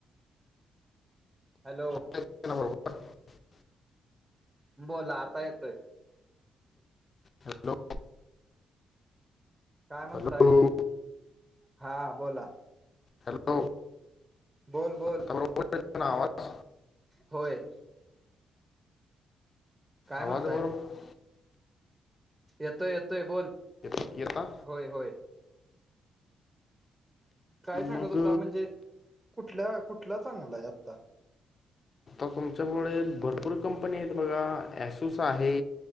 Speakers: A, on the right; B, on the left.
A: हॅलो
B: <unintelligible>
A: बोला आता येतोय.
B: हॅलो
A: काय म्हणताय
B: हॅलो
A: हा बोला?
B: हॅलो
A: बोल बोल
B: आता बरोबर येतो ना आवाज
A: होय. काय
B: आवाज
A: म्हणताय?
B: बरोबर
A: येतोय येतोय बोल
B: येत- येता
A: होय होय. काय सांगत
B: मग
A: होता म्हणजे, कुठल्या कुठला चांगलाय आता
B: तुमच्यामुळे भरपूर कंपनी आहेत बघा ॲसोस आहे.